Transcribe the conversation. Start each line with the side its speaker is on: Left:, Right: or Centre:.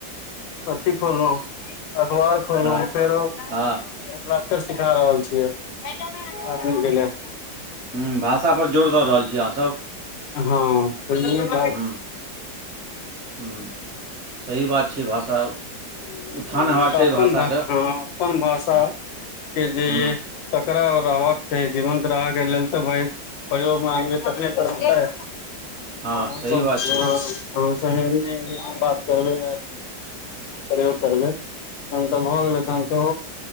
Left: अथी खोललहु अखबार
Right: हँ
Left: फेरो
Right: हँ
Left: मिथिलाक्षर सिखा रहल छियै, आदमीके लेल
Right: हुँ भाषा पर जोर दऽ रहल छी, अहाँ सब।
Left: हँ त
Right: ह्म - ह्म सही बात छै, भाषा
Left: हुं
Right: उत्थान हेबाक
Left: तऽ
Right: चाही
Left: अपन
Right: भाषाके
Left: भा हँ अपन भाषाके
Right: हँ
Left: जे
Right: हूँ
Left: य तकड़रा रहबाक चाही जीवंत रहय के लेल तऽ, भ परयोग मे आदमी तखने त रह तै,
Right: हँ
Left: हमसभ
Right: सही बात छै
Left: हिन्दी इंगलिश मे बात करबै, प्रयोग करबै तहन तऽ, भऽ गेलै तन त